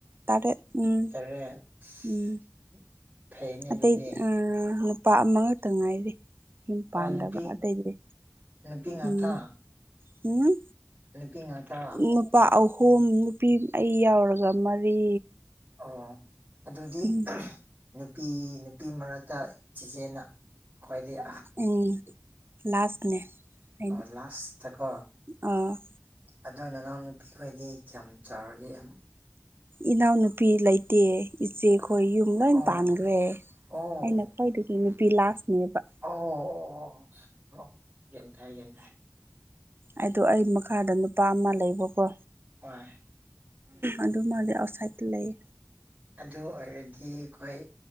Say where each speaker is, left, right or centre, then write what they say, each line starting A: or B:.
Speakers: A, on the right; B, on the right.
A: ꯇꯔꯦ ꯎꯝ
B: ꯇꯔꯦꯠ ꯑꯁ,
A: ꯎꯝ
B: ꯐꯩꯅꯦ ꯑꯗꯨꯗꯤ
A: ꯑꯇꯩ ꯅꯨꯄꯥ ꯑꯃꯈꯛꯇ ꯉꯥꯏꯔꯤ ꯌꯨꯝ ꯄꯥꯟꯗꯕ
B: ꯑꯣ ꯅꯨꯄꯤ
A: ꯑꯇꯩꯗꯤ
B: ꯅꯨꯄꯤ ꯉꯥꯛꯇ
A: ꯎꯝ ꯎꯝ
B: ꯅꯨꯄꯤ ꯉꯥꯛꯇꯔꯥ
A: ꯅꯨꯄꯥ ꯑꯍꯨꯝ ꯅꯨꯄꯤ ꯑꯩ ꯌꯥꯎꯔꯒ ꯃꯔꯤ
B: ꯑꯣ ꯑꯗꯨꯗꯤ
A: ꯎꯝ
B: ꯅꯨꯄꯤ ꯅꯨꯄꯤ ꯃꯔꯛꯇ ꯆꯦꯆꯦꯟꯅ ꯈ꯭ꯋꯥꯏꯗꯩ
A: ꯎ ꯂꯥꯁꯅꯦ ꯑꯩꯅ
B: ꯑꯣ ꯂꯥꯁ ꯊꯀꯣ
A: ꯑꯥ
B: ꯑꯗꯣ ꯅꯅꯥꯎ ꯅꯨꯄꯤꯈꯣꯏꯗꯤ ꯀꯌꯥꯝ ꯆꯥꯎꯔꯤꯒꯦ ꯌꯥꯝ
A: ꯏꯅꯥꯎꯅꯨꯄꯤ ꯂꯩꯇꯦ ꯏꯆꯦꯈꯣꯏ ꯌꯨꯝ ꯂꯣꯏ
B: ꯑꯣ
A: ꯄꯥꯟꯈ꯭ꯔꯦ
B: ꯑꯣ
A: ꯑꯩꯅ ꯈ꯭ꯋꯥꯣꯏꯗꯒꯤ ꯅꯨꯄꯤ ꯂꯥꯁꯅꯦꯕ
B: ꯑꯣ ꯑꯣ ꯑꯣ ꯑꯣ ꯟꯇꯑ ꯟꯇ
A: ꯍꯥꯏꯗꯣ ꯑꯩ ꯃꯈꯥꯗ ꯅꯨꯄꯥ ꯑꯃ ꯂꯩꯕꯀꯣ
B: ꯍꯣꯏ
A: ꯑꯗꯨꯃꯗꯤ ꯑꯥꯎꯠꯁꯥꯏꯗꯠꯇ ꯂꯩ
B: ꯑꯗꯨ ꯑꯣꯏꯔꯗꯤ ꯑꯩꯈꯣꯏ